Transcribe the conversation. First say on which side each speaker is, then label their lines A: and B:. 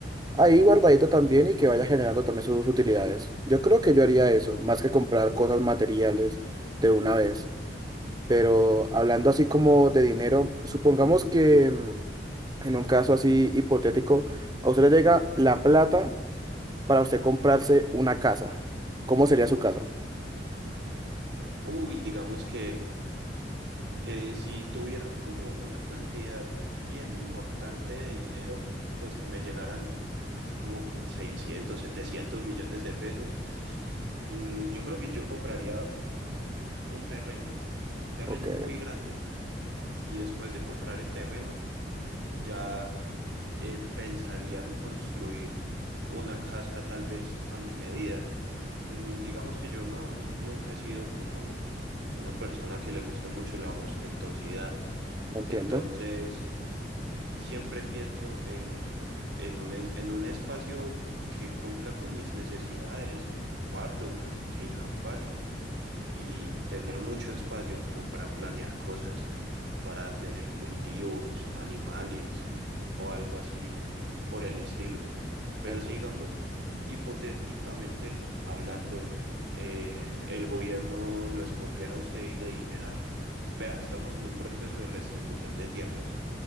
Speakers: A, on the right (about 20°); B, on the right (about 75°).
A: ahí guardadito también y que vaya generando también sus utilidades. Yo creo que yo haría eso, más que comprar cosas materiales de una vez. Pero hablando así como de dinero, supongamos que mm, en un caso así hipotético, a usted le llega la plata para usted comprarse una casa. ¿Cómo sería su casa?
B: Uy, digamos que Que si tuviera como una cantidad bien importante de dinero, pues que me llegaran así como 600, 700 millones de pesos, mm, yo creo que yo compraría un terreno, un terreno
A: Ok,
B: muy grande. Y después de comprar el terreno, ya eh, pensaría en construir una casa tal vez a mi medida. Mm, Digamos que yo no, nunca he sido como una persona que le guste mucho la ostentosidad.
A: entiendo,
B: Entonces, siempre pienso en, en un, es- en un espacio que cumpla con mis necesidades, un cuarto, una cocina, un baño, y tener mucho espacio como para planear cosas, para tener cultivos, animales o algo así por el estilo. Pero
A: entiendo.
B: sigamos hipotéticamente hablando, eh, el gobierno lo escogiera a usted y le dijera, vea, estamos en un proceso de restitución de tierras